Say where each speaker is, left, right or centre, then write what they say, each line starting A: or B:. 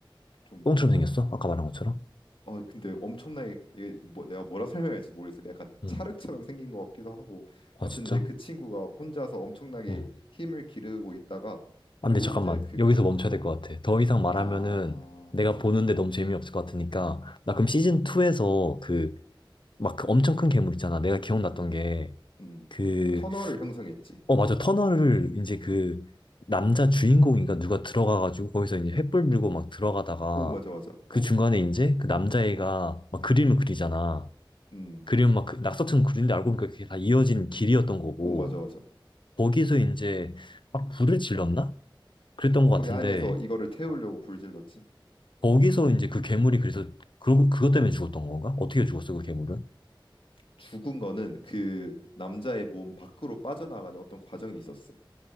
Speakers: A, on the left; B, on the left.
A: 좀
B: 똥처럼 생겼어? 아까 말한 것처럼?
A: 아, 근데 엄청나게 이게 뭐 내가 뭐라 설명할지 모르겠어. 약간
B: 응.
A: 찰흙처럼 생긴 것 같기도 하고.
B: 아,
A: 아무튼
B: 진짜?
A: 근데 그 친구가 혼자서 엄청나게
B: 어.
A: 힘을 기르고 있다가
B: 안
A: 결국
B: 근데 잠깐만.
A: 이제 그
B: 여기서 멈춰야 될
A: 어,
B: 것 같아. 더 이상 말하면은
A: 아.
B: 내가 보는데 너무 재미없을 것 같으니까. 나 그럼 시즌2에서
A: 음.
B: 그, 막그 엄청 큰 괴물 있잖아. 내가 기억났던 게
A: 음.
B: 그,
A: 터널을 형성했지.
B: 어, 맞아. 터널을 이제 그 남자 주인공인가 누가 들어가가지고 거기서 이제 횃불 들고 막 들어가다가
A: 오, 맞아, 맞아.
B: 그
A: 어.
B: 중간에 이제 그 남자애가 막 그림을 그리잖아.
A: 음.
B: 그림은 막그 낙서처럼 그리는데 알고 보니까 그게 다 이어진 길이었던 거고
A: 오, 맞아, 맞아.
B: 거기서 이제 막 불을 질렀나? 그랬던 것
A: 거기
B: 같은데
A: 안에서 이거를 태우려고
B: 어,
A: 불질렀지.
B: 거기서 이제 그 괴물이 그래서 그 그것 때문에 죽었던 건가? 어떻게 죽었어 그 괴물은?
A: 죽은 거는 그 남자의 몸 밖으로 빠져나가는 어떤 과정이 있었어.